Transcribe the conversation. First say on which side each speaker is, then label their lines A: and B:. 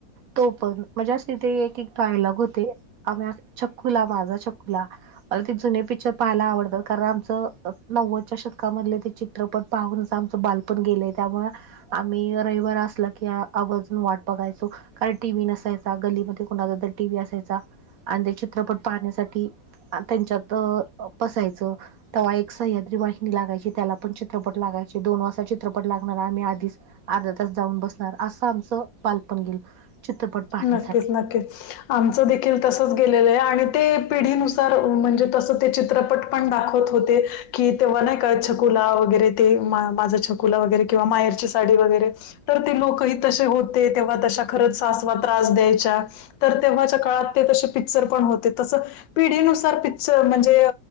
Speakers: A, on the right; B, on the left.
A: तो पण म्हणज्या सथ एक डायलॉग होते आम्ही छकुला माझा छकुला मला ते जुने पिक्चर पाहायला आवडतात. कारण आमचं नव्वदच्या शतकामधले ते चित्रपट पाहूनच आमचं बालपण गेलेय त्यामुळे आम्ही रविवार असला की आवर्जून वाट बघायचो. कारण टी व्ही नसायचा गल्लीमध्ये कुणाचा तर टीव्ही असायचा आणि ते चित्रपट पाहण्यासाठी हा त्यांच्यात बसायचो. तेव्हा एक सह्याद्री वाहिनी लागायची त्याला पण चित्रपट लागायचे दोन वाजता चित्रपट लागणार आम्ही आधीच अर्धा तास जाऊन बसणार असं आमचं बालपण गेलं चित्रपट पाहण्यासाठी
B: नक्कीच नक्कीच आमचं देखील तसंच गेलेलं आहे आणि ते पिढीनुसार म्हणजे तसं ंचित्रपट पण दाखवत होते की तेव्हा नाही का छकुला वगैरे ते माझा छकु वर कवा मायची साडी वरे तर ते लोकही त होते तेव्हा त खरच. त्रास द्यायच्या तर तेव्हाच्या काळात ते त पिक्चर पण होते तस पिढीनुसार पिक्चर म्हणजे